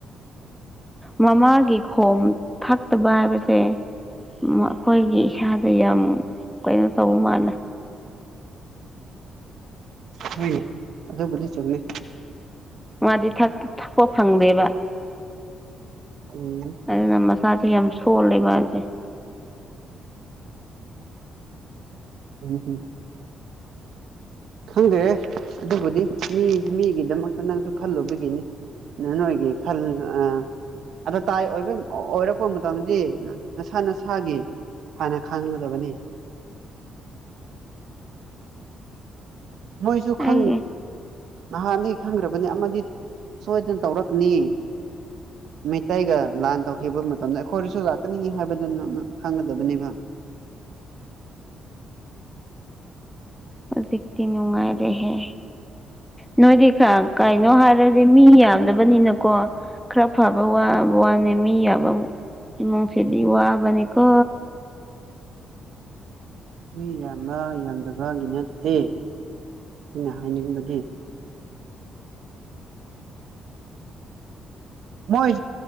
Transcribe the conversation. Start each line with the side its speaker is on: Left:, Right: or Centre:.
Centre: ꯃꯃꯥꯒꯤ ꯈꯣꯝ ꯊꯛꯇꯕ ꯍꯥꯏꯕꯁꯦ ꯃꯈꯣꯏꯒꯤ ꯏꯁꯥꯗ ꯌꯥꯝ ꯀꯩꯅꯣ ꯇꯧꯕ ꯃꯥꯜꯂꯦ
Right: ꯍꯣꯏꯅꯦ ꯑꯗꯨꯕꯨꯗꯤ ꯆꯨꯝꯃꯦ
Centre: ꯃꯥꯗꯤ ꯊꯛꯄ ꯊꯛꯄ ꯐꯪꯗꯦꯕ
Right: ꯎꯝ
Centre: ꯑꯗꯨꯅ ꯃꯁꯥꯁꯦ ꯌꯥꯝ ꯁꯣꯜꯂꯦ ꯃꯥꯗꯤ
Right: ꯎꯝ ꯎꯝ ꯈꯪꯗꯔꯦꯍꯦ ꯑꯗꯨꯕꯨꯗꯤ ꯃꯤ ꯃꯤꯒꯤꯗꯃꯛꯇ ꯅꯪꯁꯨ ꯈꯜꯂꯨꯕꯒꯤꯅꯤ ꯅꯅꯣꯏꯒꯤ ꯈꯜ ꯑ ꯑꯗ ꯇꯥꯏ ꯑꯣꯏꯕ ꯑꯣꯏꯔꯛꯄ ꯃꯇꯝꯗꯗꯤ ꯅꯁꯥ ꯅꯁꯥꯒꯤ ꯍꯥꯏꯅ ꯈꯪꯒꯗꯕꯅꯤ ꯃꯣꯏꯁꯨ
Centre: ꯑꯩꯒꯤ
Right: ꯈꯪ ꯅꯍꯥꯟꯗꯒꯤ ꯈꯪꯈ꯭ꯔꯕꯅꯦ ꯑꯃꯗꯤ ꯁꯣꯏꯗꯅ ꯇꯧꯔꯛꯀꯅꯤ ꯃꯩꯇꯩꯒ ꯂꯥꯟ ꯇꯧꯈꯤꯕ ꯃꯇꯝꯗ ꯑꯩꯈꯣꯏꯗꯁꯨ ꯂꯥꯛꯀꯅꯤ ꯍꯥꯏꯕꯗꯨꯃ ꯈꯪꯒꯗꯕꯅꯦꯕ <unintelligible> <inaudible>
Centre: ꯍꯧꯖꯤꯛꯇꯤ ꯅꯨꯡꯉꯥꯏ ꯔꯦꯍꯦ ꯅꯣꯏꯗꯤ ꯈꯔ ꯀꯩꯅꯣ ꯍꯥꯏꯔꯗꯤ ꯃꯤ ꯌꯥꯝꯗꯕꯅꯤꯅꯀꯣ ꯈꯔ ꯐꯥꯕ ꯋꯥ ꯕꯋꯥꯅꯦ ꯃꯤ ꯌꯥꯕꯕꯨ ꯏꯃꯨꯡꯁꯤꯗꯤ ꯋꯥꯕꯅꯦꯀꯣ
Right: ꯃꯤ ꯌꯥꯝꯕ ꯌꯥꯝꯗꯕꯒꯤ ꯅꯠꯇꯦ ꯑꯩꯅ ꯍꯥꯏꯅꯤꯡꯕꯗꯤ ꯃꯣꯏ